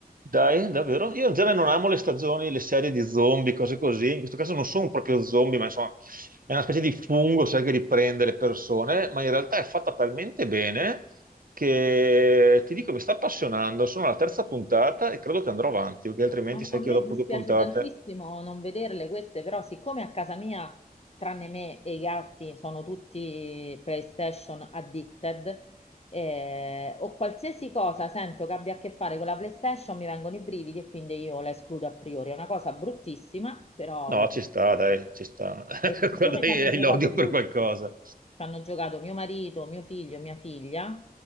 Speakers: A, on the right (about 60°); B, on the left (about 40°).
A: Dai, davvero? Io in genere non amo le stagioni, le serie di zombie, cose così. In questo caso non sono proprio zombie, ma insomma è una specie di fungo, sai, che riprende le persone, ma in realtà è fatta talmente bene che ti dico, mi sta appassionando. Sono alla terza puntata e credo che andrò avanti, perché altrimenti
B: A,
A: sai
B: a me
A: che io dopo
B: dispiace
A: due puntate...
B: tantissimo non vederle queste, però siccome a casa mia, tranne me e i gatti, sono tutti PlayStation addicted, eh, o qualsiasi cosa sento che abbia a che fare con la PlayStation, mi vengono i brividi e quindi io la escludo a priori. È una cosa bruttissima, però
A: No,
B: lo
A: ci
B: faccio.
A: sta, dai, ci sta. <laughs>
B: E siccome
A: Quando hai
B: ci hanno
A: hai
B: giocato
A: l'odio
B: tutti,
A: per qualcosa.
B: ci hanno giocato mio marito, mio figlio, mia figlia,